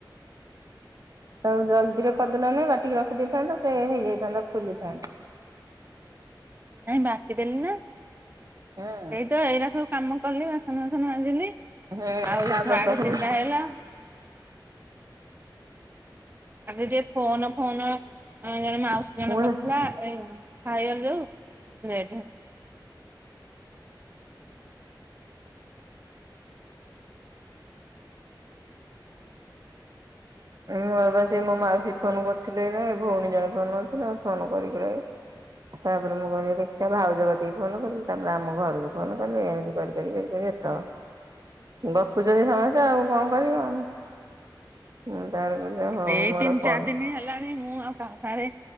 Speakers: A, on the right; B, on the right.
A: ହଉ ଜଲ୍ଦିରେ କରିଦେଲନି ବାଟିକି ରଖିଦେଇଥାନ୍ତ ସେ ହେଇଯାଇଥାନ୍ତା ଫୁଲିଥାନ୍ତା।
B: ନାଇଁ ବାଟିଦେଲି ନା
A: ହଁ।
B: ଏଇତ ଏଇରା ସବୁ କାମ କଲି ବାସନ ବାସନ ମାଜିଲି
A: ହୁଁ
B: ଆଉ
A: ତାପରେ
B: ସାଢେ
A: ତ ସବୁ
B: ତିନିଟା ହେଲା ଆଗେ ଟିକେ ଫୋନ ଫୋନ ଏଁ ଜଣେ ମାଉସୀ ଜଣେ
A: ମୁଁ
B: କରିଥିଲା। ଏଇ ମୁଁ କଥା ହେଇଗଲି ଯୋଉ ଲେଟ ହେଲା।
A: ମୁଁ ବା ସେଇ ମୋ ମାଉସୀ ଫୋନ କରିଥିଲେ ଏଇନା ଭଉଣୀ ଜଣେ ଫୋନ କରିଥିଲା ଫୋନ କରି କୁରାକି ତାପରେ ମୁଁ କିହିଲି ଦେଖିଆ ଭାଉଜ କତିକି ଫୋନ କଲି ତାପରେ ଆମ ଘରୁକୁ ଫୋନ କଲି ଏମିତି କରି କରିି କରି କରି ଏତ। ବପୁଚନ୍ତି ସମସ୍ତେ ଆଉ କଣ କରିବ ଆଉ। ହଁ ତାରେ ମୋର
B: ଏଇ ତିନି
A: କଲ
B: ଚାର ଦିନି ହେଲା ଣି ମୁଁ ଆଉ କାହା ସାଙ୍ଗେରେ